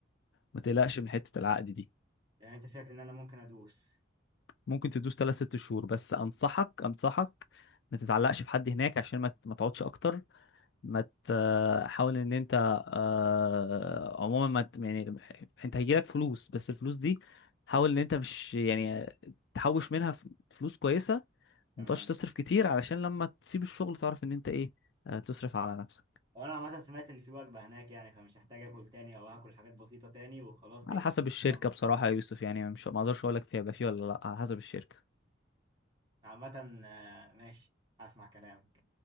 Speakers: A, on the left; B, on the right.
A: ما تقلقش من حتة العقد دي
B: يعني انت شايف ان انا ممكن ادوس
A: ممكن تدوس تلات ست شهور بس أنصحك أنصحك ما تتعلقش بحد هناك عشان ما ت- ما تقعدش أكتر ما ت- حاول إن أنت آه، عموما ما ت- يعني أنت هيجيلك فلوس بس الفلوس دي حاول إن أنت مش يعني تحوش منها ف- فلوس كويسة
B: تمام
A: ما تقعدش تصرف كتير علشان لما تسيب الشغل تعرف إن أنت إيه آه، تصرف على نفسك
B: هو انا عامه سمعت ان في وجبه هناك يعني فمش هحتاج اكل تاني او هاكل حاجات بسيطه تاني وخلاص بقيت
A: على حسب الشركة
B: آه.
A: بصراحة يا يوسف يعني مش ما أقدرش أقول لك فيها يبقى فيه ولا لأ على حسب الشركة
B: عامه آه، ماشي هسمع كلامك